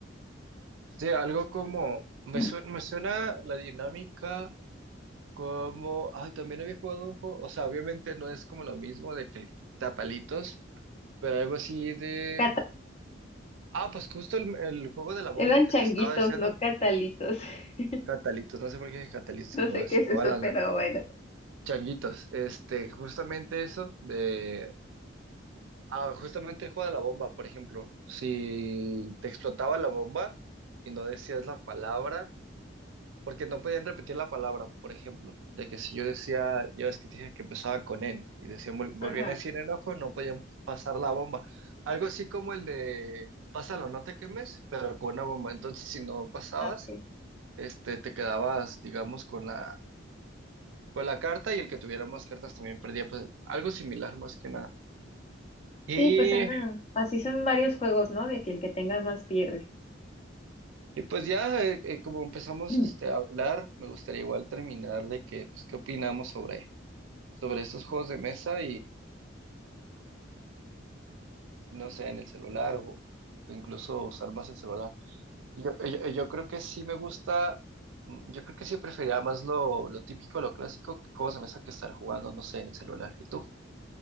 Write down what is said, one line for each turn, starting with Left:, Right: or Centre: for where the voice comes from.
Right: Sí, algo como, me
Left: <laughs>
Right: suena, me suena la dinámica. Como, ay, también había jugado un juego, o sea, obviamente no es como lo mismo de que el tapalitos, pero algo así de,
Left: Cata-
Right: ah, pues justo el, el juego de la bomba
Left: eran
Right: que
Left: changuitos,
Right: te estaba diciendo,
Left: no catalitos. <laughs>
Right: Catalitos, no sé por qué dije Catalitos,
Left: No
Right: se me
Left: sé
Right: va
Left: qué
Right: se
Left: es
Right: me
Left: eso,
Right: va la onda,
Left: pero bueno.
Right: Changuitos, este, justamente eso de, ah, justamente el juego de la bomba, por ejemplo, si te explotaba la bomba y no decías la palabra, porque no podían repetir la palabra, por ejemplo, de que si yo decía, ya ves que te dije que empezaba con N, y decía, vol- volvían
Left: Ajá.
Right: a decir enojo, no podían pasar la bomba. Algo así como el de, pásalo, no te quemes, pero con una bomba. Entonces, si no pasabas,
Left: Okay.
Right: este, te quedabas, digamos, con la, con la carta y el que tuviera más cartas también perdía, pues, algo similar más que nada. Y,
Left: Sí, pues Ana, así son varios juegos, ¿no? De que el que tenga más pierde.
Right: y pues ya, eh, eh, como empezamos
Left: <clears throat>
Right: este, a hablar, me gustaría igual terminar de que, pues, qué opinamos sobre, sobre estos juegos de mesa no sé, en el celular o, o incluso usar más el celular. Y Yo, y yo, y yo creo que sí me gusta, mm, yo creo que sí preferiría más lo, lo típico, lo clásico, que juegos de mesa que estar jugando, no sé, en el celular. ¿Y tú?